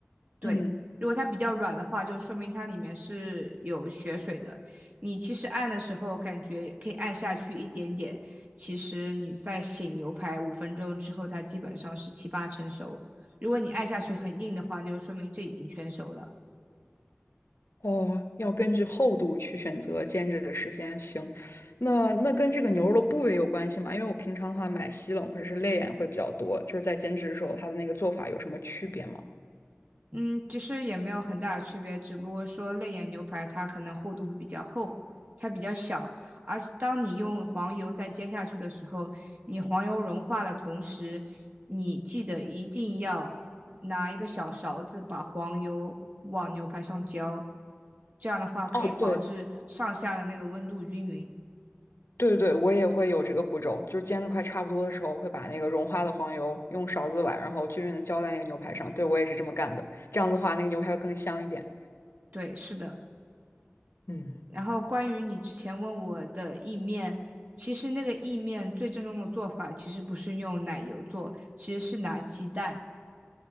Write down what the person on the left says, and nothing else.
嗯。
哦，要根据厚度去选择煎制的时间。行，那那跟这个牛肉的部位有关系吗？因为我平常的话买西冷或者是肋眼会比较多，就是在煎制的时候，它的那个做法有什么区别吗？
哦，对对对，我也会有这个步骤，就是煎的快差不多的时候，会把那个融化的黄油用勺子崴，然后均匀的浇在那个牛排上。对，我也是这么干的，这样子的话，那个牛排会更香一点。
嗯，